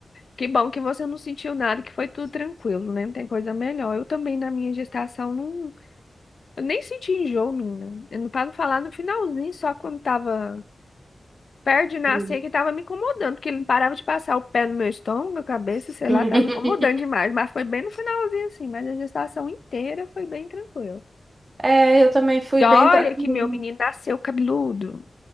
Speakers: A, on the left; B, on the right.
A: Que bom que você não sentiu nada, que foi tudo tranquilo, né? Não tem coisa melhor. Eu também, na minha gestação, não... Eu nem senti enjoo, menina. Eu não- Pra não falar no finalzinho, só quando tava perto de nascer,
B: Hum.
A: que tava me incomodando, porque ele não parava de passar o pé no meu estômago, a cabeça, sei
B: <laughs>
A: lá, tava incomodando demais. Mas foi bem no finalzinho, assim. Mas a gestação inteira foi bem tranquila.
B: É, eu também fui
A: E
B: bem
A: olha
B: tranquila.
A: que meu menino nasceu cabeludo.